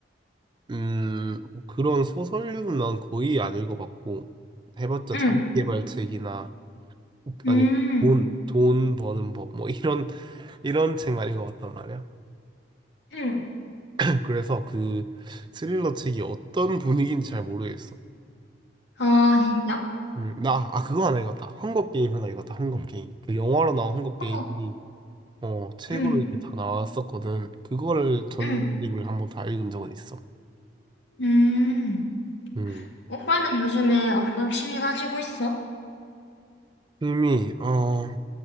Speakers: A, on the right; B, on the left.
A: 음, 그런 소설류는 난 거의 안 읽어봤고, 해봤자
B: 응,
A: 자기계발책이나,
B: 응,
A: 아니면 뭐 돈, 돈 버는 법, 뭐 이런, 이런 책만 읽어봤단 말이야.
B: 응.
A: <laughs> 그래서 그 스릴러 책이 어떤 분위기인지 잘 모르겠어.
B: 아, 진짜?
A: 음, 나, 아, 그거 하나 읽었다. 헝거 게임 하나 읽었다. 헝거 음. 게임. 그 영화로 나온 헝거 게임이,
B: 한국,
A: 어, 책으로
B: 응,
A: 이렇게 다 나왔었거든. 그거를 전집을
B: 응,
A: 한번 다 읽은 적은 있어.
B: 응.
A: 음,
B: 오빠는 요즘에 어떤 취미 가지고 있어?
A: 이미, 어,